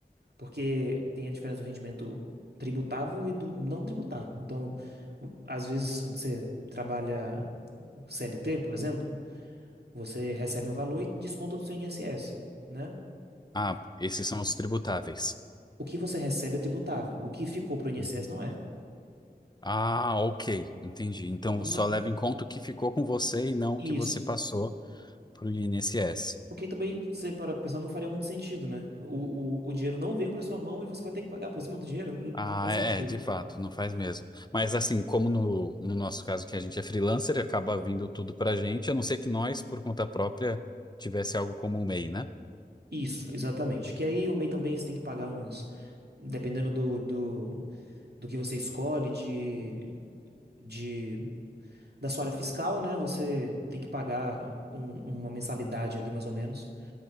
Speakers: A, on the right; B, on the left.
A: Porque tem a diferença do rendimento tributável e do não tributável. Então, o- às vezes, você trabalha CLT, por exemplo, você recebe um valor e desconta do seu INSS, né?
B: Ah, esses são os tributáveis.
A: O que você recebe é tributável, o que ficou para o INSS
B: Uhum.
A: não é.
B: Ah, ok. Entendi. Então
A: Vamos-
B: só leva em conta o que ficou com você e não o
A: Isso.
B: que você passou para o INSS.
A: Porque também, você para pensar, não faria muito sentido, né? O, o, o dinheiro não veio para sua mão e você vai ter que pagar por cima do dinheiro. Não,
B: Ah,
A: não faz
B: é,
A: sentido.
B: de fato, não faz mesmo. Mas assim, como no, no nosso caso que a gente é freelancer, acaba vindo tudo pra gente, a não ser que nós, por conta própria, tivesse algo como o MEI, né?
A: Isso, exatamente. Que aí o MEI também você tem que pagar uns. Dependendo do, do, do que você escolhe, de, de, da sua área fiscal, né? Você tem que pagar um- uma mensalidade ali, mais ou menos,